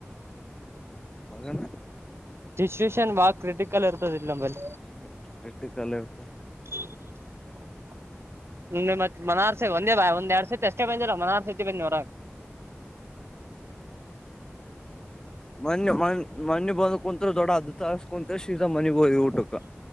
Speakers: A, on the left (about 15°); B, on the right (about 65°).
A: ಮಗನ
B: ದಿಸ್ ಐಸ್. ಬಾಳ ಕ್ರಿಟಿಕಲ್ ಇರ್ತಾದ್ ಇಲ್ಲ ನಂಬಲ್ಲ.
A: ಹ್ಮ್ ಕ್ರಿಟಿಕಲ್ ಇರ್ತ.
B: <unintelligible> ಸುಮ್ನೆ ಮತ್ತ ಮನಾರ್. ಒಂದೇ ವಂದ್ಯಾಡಸರ್ತಿ ಅಷ್ಟೇ ಬಂದಿವ ಮನರ್ಸರಿ ಬಂದೆವ ಉರಾಗ್.
A: ಮಣ್ಣ ಹೊಣ್ಣ ಮಣ್ಣ ಬಂದ. ಕುಂತುರ್ ದೋಡಾ ಅರ್ಧ ತಾಸು ಸೀದಾ ಮನಿಗ್ ಹೋದವುಟುಕಾ..